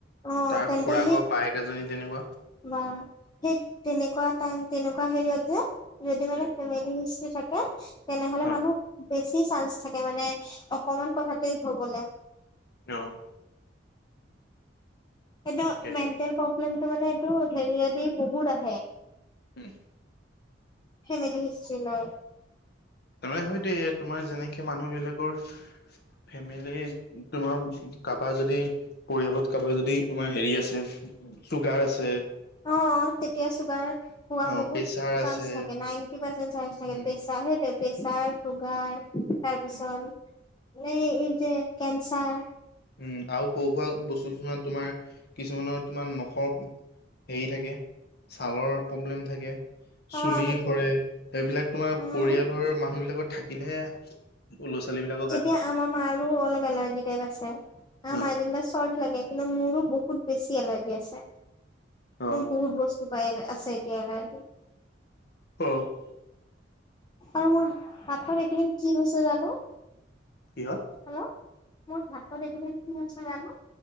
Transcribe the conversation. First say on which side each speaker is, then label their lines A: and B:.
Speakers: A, on the left; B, on the left.
A: অ
B: তাৰ
A: তেন্তে
B: খু়ৰাকৰ
A: সেই
B: বায়েক এজনী তেনেকুৱা।
A: বা তেইত তেনেকুৱা টাইম তেনেকুৱা হেৰিয়ত যে- যদি মানে
B: উম
A: ফেমিলি হিষ্ট্ৰী থাকে তেনেহলে
B: অ
A: মানুহ বেছি চান্স থাকে মানে। অকমান কথাতেই ভূ'বলে।
B: অঁ'
A: এইট
B: তাকে
A: মেণ্টেল প্ৰব্লেমটো মানে এইটো হেৰিয়েদি বহুত আহে।
B: উম'।
A: ফেমিলি হিষ্ট্ৰ্ৰী লয়।
B: তাৰমানে সেইটোৱেই তোমাৰ যেনেকে মানুহ বিলাকৰ ফেমিলিত তোমা কাবা যদি পৰিয়ালত কাবাৰ যদি তোমাৰ হেৰি আছে, চুগাৰ আছে।
A: অঁ অ তেতিয়া চুগাৰ হোৱা
B: অ
A: বহুত
B: প্ৰেছাৰ
A: চান্স
B: আছে
A: থাকে নাইনটি পাৰ্চেন্ট চান্স থাকে
B: উম
A: তেজ- তা সেইটো প্ৰেচাৰ চুগাৰ তাৰ পিছত
B: উম
A: এই এই যে কেন্সাৰ
B: উম আৰু সৰু সুৰা বস্তু কিছুমান তোমাৰ কিছুমানৰ তোমাৰ নখৰ হেৰি থাকে, ছালৰ প্ৰব্লেম থাকে,
A: অ
B: চুলি
A: সেইটোৱে
B: সৰে এইবিলাক তোমাৰ
A: উম
B: পৰিয়ালৰ মানুহ বিলাকৰ থাকিলেহে <unintelligible> ছোৱালী বিলাকত
A: এতিয়া আমাৰ মাৰো অলপ এলাৰ্জি টাইপ আছে, আমাৰ
B: অ
A: মাৰ যেনিবা চৰ্দি লাগে। কিন্তু মোৰো বহুত বেছি এলাৰ্জি আছে,
B: অ
A: মোৰ বহুত ব- স্তু পাই আছে এতিয়া এলাৰ্জী।
B: অ'।
A: আৰু মোৰ হাতত এইকেইদিন কি হৈছে জানো।
B: কিহত
A: হেল্ল', মোৰ হাতখন এইকেইদিন কি হৈছে জানো